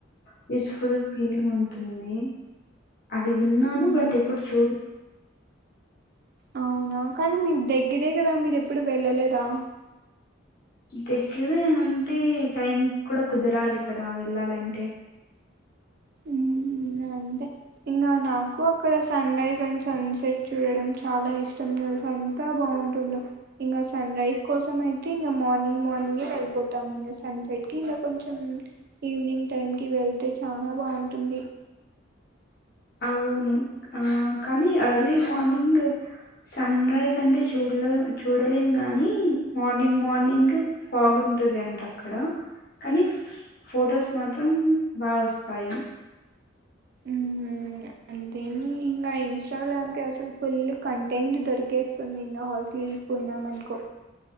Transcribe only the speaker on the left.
పీస్ఫుల్ ఫీలింగ్ ఉంటుంది అది విన్నాను
బట్ ఇప్పుడు చూడు
దగ్గర అంటే టైం కూడా కుదరాలి కదా వెళ్ళాలంటే
వును ఆ కానీ అర్లీ మార్నింగ్ సన్ రైజ్ అంటే చూడలే చూడలేం గాని మార్నింగ్ మార్నింగ్ ఫాగు ఉంటది అంట అక్కడ కానీ ఫొటోస్ మాత్రం బా వస్తాయి